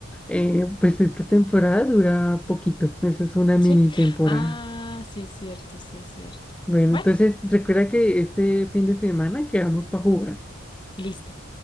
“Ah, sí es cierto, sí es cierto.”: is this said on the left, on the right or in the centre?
Left